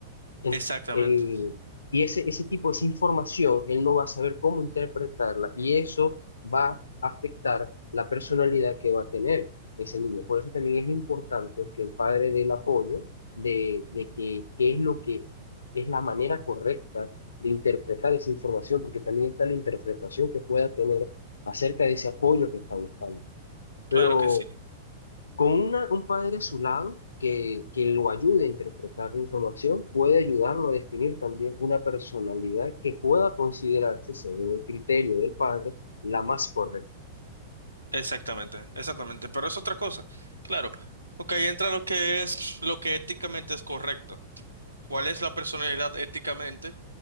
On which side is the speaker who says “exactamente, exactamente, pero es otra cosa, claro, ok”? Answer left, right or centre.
Right